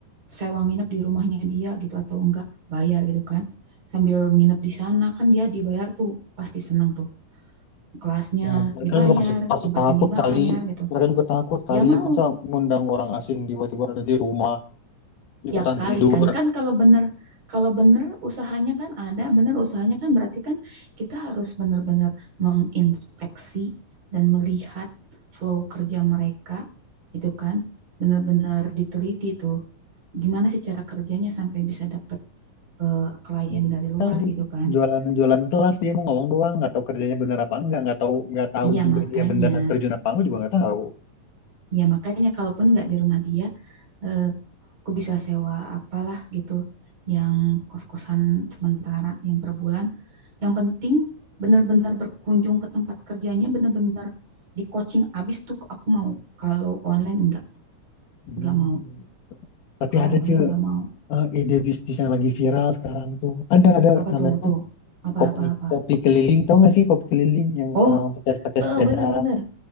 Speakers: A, on the right; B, on the left.
A: sewa nginep di rumahnya dia gitu atau enggak bayar gitu kan. Sambil nginep di sana kan dia dibayar tuh pasti senang tuh. Kelasnya
B: ya mereka
A: dibayar,
B: juga pasti, pasti
A: tempatnya
B: takut
A: dibayar
B: kali
A: gitu.
B: mereka juga takut kali
A: Ya mau
B: masa ngundang orang asing tiba-tiba ada di rumah ikutan
A: Ya kalikan
B: tidur
A: kan kan kalau bener kalau bener usahanya kan ada, bener usahanya kan berarti kan kita harus bener-bener menginspeksi dan melihat flow kerja mereka gitu kan. Bener-bener diteliti tuh. Gimana sih cara kerjanya sampai bisa dapet eh, klien
B: Ya,
A: dari luar
B: tadi
A: gitu kan.
B: jualan-jualan kelas dia mau ngomong doang nggak tahu kerjanya benar apa enggak nggak tahu nggak tahu
A: Iya
B: juga
A: makanya.
B: dia beneran terjun apa enggak juga nggak tahu
A: Iya makanya kalaupun nggak di rumah dia, eh, aku bisa sewa apalah gitu yang kos-kosan sementara yang per bulan yang penting benar-benar berkunjung ke tempat kerjanya benar-benar di coaching abis tuh aku mau kalau online enggak
B: Hmm.
A: enggak mau
B: Tapi
A: kalau
B: ada
A: online
B: cuy
A: enggak mau
B: eh, ide bisnis yang lagi viral sekarang tuh. Ada ada
A: apa
B: namanya
A: tuh tuh
B: tuh
A: apa
B: kopi
A: apa apa
B: kopi keliling. Tau gak sih kopi keliling yang
A: oh
B: orang pakai pakai
A: eh
B: sepeda,
A: bener-bener